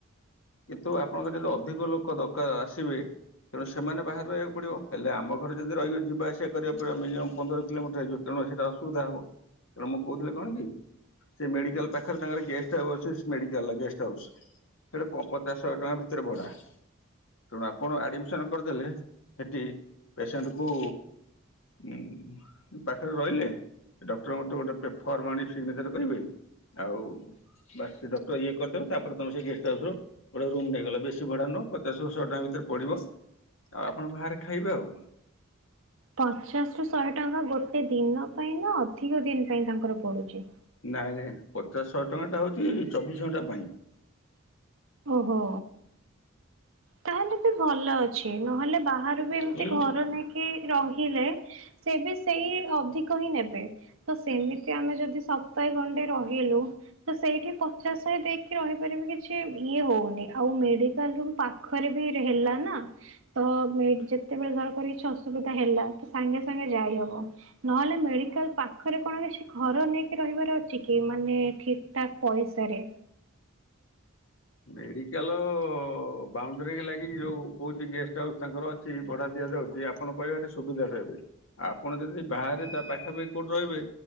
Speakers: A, on the left (about 65°); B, on the right (about 70°).
A: କିନ୍ତୁ ଆପଣଙ୍କର ଯଦି ଅଧିକ ଲୋକ ଦରକାର ଆସିବେ। ତେଣୁ ସେମାନେ ବାହାରେ ରହିବାକୁ ପଡ଼ିବ। ହେଲେ ଆମ ଘରେ ଯଦି ରହିବେ ଯିବା ଆସିବା କରିବାକୁ ପଡ଼ିବ ମିନିୟମ୍ ପନ୍ଦର କିଲୋମିଟର ହେଇଯିବ ତେଣୁ ସେଟା ଅସୁବିଧା ହବ। ତେଣୁ ମୁଁ କହୁଥିଲି କଣ କି? ସେ ମେଡିକାଲ ପାଖରେ ତାଙ୍କର ଗେଷ୍ଟ ଆଉସ୍ ଅଛି। ମେଡିକାଲ ଗେଷ୍ଟ ହାଉସ୍ ସେଟା କ ପଚାଶ ଶହେ ଟଙ୍କା ଭିତରେ ଭଡା। ତେଣୁ ଆପଣ ଆଡିମିସନ କରିଦେଲେ ସେଠି ପେସେଣ୍ଟ କୁ ହୁଁ। ପାଖରେ ରହିଲେ ଡକ୍ଟରଙ୍କଠୁ ଗୋଟେ ପେ ଫର୍ମ ଆଣି ସିଗ୍ନେଚର କରିବେ ଆଉ ବାସ ସେ ଡକ୍ଟର ଇଏ କରିଦେବେ ତାପରେ ତମେ ସେ ଗେଷ୍ଟ ହାଉସ ରୁ ଗୋଟେ ରୁମ ନେଇଗଲ ବେଶୀ ଭଡା ନୁହଁ ପଚାଶରୁ ଶହେ ଟଙ୍କା ଭିତରେ ପଡିବ ଆଉ ଆପଣ ବାହାରେ ଖାଇବେ ଆଉ।
B: ପଚାଶରୁ ଶହେ ଟଙ୍କା ଗୋଟେ ଦିନ ପାଇଁ ନା ଅଧିକ ଦିନ ପାଇଁ ତାଙ୍କର ପଡ଼ୁଚି।
A: ନାଇଁ ନାଇଁ ପଚାଶ ଶହ ଟଙ୍କା ଟା ହଉଚି ଚବିଶ ଘଣ୍ଟା ପାଇଁ।
B: ଓହୋ। ତାହେଲେ ସେ ଭଲ ଅଛି ନହେଲେ ବାହାରୁ ବି ଏମତି
A: ହୁଁ
B: ଘର ନେଇକି ରହିଲେ ସେ ବି ସେଇ ଅଧିକ ହିଁ ନେବେ। ତ ସେମିତି ଆମେ ଯଦି ସପ୍ତାହେ ଗଣ୍ଡେ ରହିଲୁ ତ ସେଇଠି ପଚାଶ ଶହେ ଦେଇକି ରହିପାରିବି କିଛି ଇଏ ହଉନି ଆଉ ମେଡିକାଲ ରୁ ପାଖ ଖରେ ବି ରେ ହେଲା ନା। ତ ଯେତେବେଳେ ଧର କରି କିଛି ଅସୁବିଧା ହେଲା ତ ସାଙ୍ଗେ ସାଙ୍ଗେ ଯାଇହବ। ନହେଲେ ମେଡିକାଲ ପାଖରେ କଣ କିଛି ଘର ନେଇକି ରହିବାର ଅଛି କି ମାନେ ଏଠି ତା ପଇସାରେ।
A: ମେଡିକାଲ ବାଉଣ୍ଡରୀ ଲାଗିକି ଯୋଉ କୋଉଠି ଗେଷ୍ଟ ହାଉସ୍ ତାଙ୍କର ଅ ଛି ଭଡ଼ା ଦିଆଯାଉଛି। ଆପଣ ପାଇବେ ସେଠି ସୁବିଧାରେ ପାଇବେ। ଆପଣ ଯଦି ବାହାରେ ତା ପାଖାପାଖି କୋଉଠି ରହିବେ।